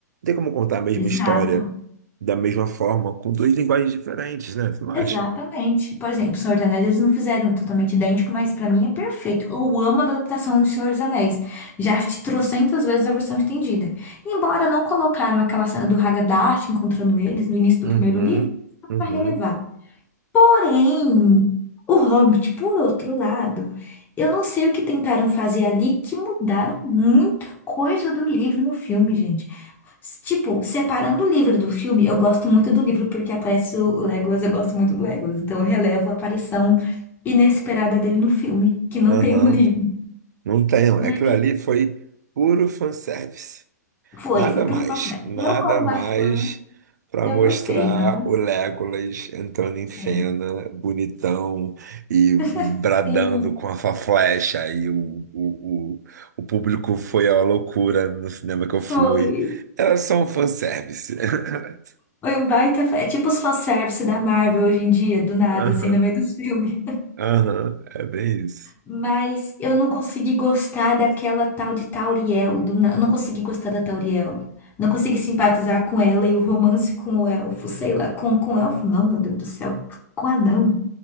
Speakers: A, on the right (about 75°); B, on the left (about 20°).
A: tem como contar a mesma
B: exato.
A: história da mesma forma, com duas linguagens diferentes, né? Você não
B: Exatamente.
A: acha?
B: Por exemplo, O Senhor dos Anéis, eles não fizeram totalmente idêntico, mas pra mim é perfeito. Eu amo a adaptação do Senhor dos Anéis. Já assisti trocentas vezes a versão estendida. Embora não colocaram aquela cena do Haggadah encontrando eles no início do
A: Uhum,
B: primeiro livro, dá
A: uhum,
B: pra relevar. Porém, o Hobbit, por outro lado, eu não sei o que tentaram fazer ali que mudaram muita coisa do livro no filme, gente. Tipo, separando o livro do filme, eu gosto muito do livro porque aparece o Legolas, eu gosto muito do Legolas. Então eu relevo a aparição inesperada dele no filme, que não
A: aham.
B: tem no livro.
A: Não tem.
B: Mas
A: Aquilo ali foi puro fanservice.
B: foi,
A: Nada
B: foi puro
A: mais,
B: fanservice.
A: nada
B: Eu, como uma
A: mais
B: fã,
A: para
B: eu
A: mostrar
B: gostei, mas
A: o Legolas entrando em cena,
B: é,
A: bonitão e
B: <laughs>
A: bradando
B: sim,
A: com a sua flecha. E o, o, o, o público foi à loucura no cinema que eu fui.
B: foi.
A: Era só um fanservice. <laughs>
B: Foi um baita. É tipo os fanservice da Marvel hoje em dia, do nada,
A: Aham,
B: assim, no meio dos filmes.
A: aham, é bem isso.
B: Mas eu não consegui gostar daquela tal de Tauriel. do na- não consegui gostar da Tauriel. Não consegui simpatizar com ela e o romance com o elfo. Sei lá, com, com o elfo não, meu Deus do céu. Com o anão.